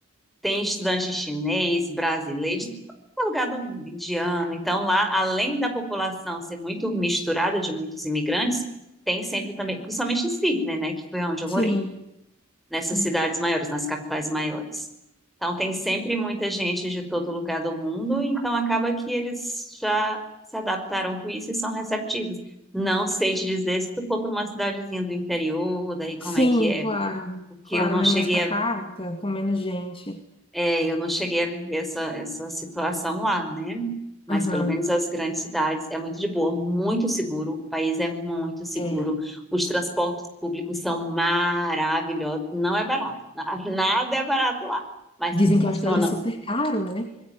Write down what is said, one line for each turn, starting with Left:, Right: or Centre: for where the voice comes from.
Centre: Tem estudante chinês, brasileiro, de todo lugar do mundo, indiano. Então, lá, além da população ser muito misturada de muitos imigrantes, tem sempre também, principalmente em Sydney, né, que foi onde eu
Left: Sim,
Centre: morei, nessas
Left: sim.
Centre: cidades maiores, nas capitais maiores. Então, tem sempre muita gente de todo lugar do mundo, então acaba que eles já se adaptaram com isso e são receptivos. Não sei te dizer se tu for para uma cidadezinha do interior, daí como
Left: Sim,
Centre: é que é,
Left: claro.
Centre: porque
Left: Claro,
Centre: eu não
Left: né?
Centre: cheguei
Left: Mais pacata,
Centre: a
Left: com menos gente.
Centre: é, eu não cheguei a viver essa, essa situação lá, né? Mas
Left: Aham,
Centre: pelo menos as grandes cidades é muito de boa, muito seguro. O país é muito seguro.
Left: é.
Centre: Os transportes públicos são maravilhosos. Não é barato, na- <laughs> nada é barato lá, mas tudo
Left: Dizem que
Centre: funciona
Left: a Austrália é super caro, né?